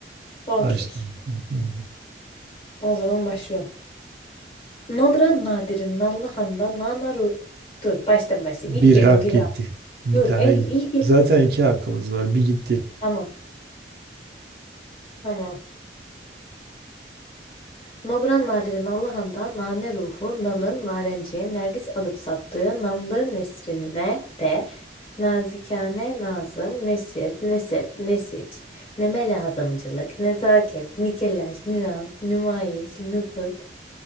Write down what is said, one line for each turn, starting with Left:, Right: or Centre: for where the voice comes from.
Left: Okey.
Right: Açtım. Hı hı.
Left: O zaman başlıyorum. Nobran Nadir'in Nallıhan'da Nanaru. Dur baştan başlayayım.
Right: Bir
Left: İlk elin
Right: hak
Left: günah.
Right: gitti. Bir
Left: Dur
Right: tane
Left: el
Right: gitti.
Left: ilk elin.
Right: Zaten iki hakkımız var. Bir gitti.
Left: Tamam tamam. Nobran Nadir'in Nallıhan'da Nane Ruhu, Nal'ın Narenciye, Nergis alıp sattığı Namlı Nesrine de Nazikane, nazım, nesir, nesep, nesiç, neme lazımcılık, nezaket, nikeleş, nüans, nümayiş, nukut,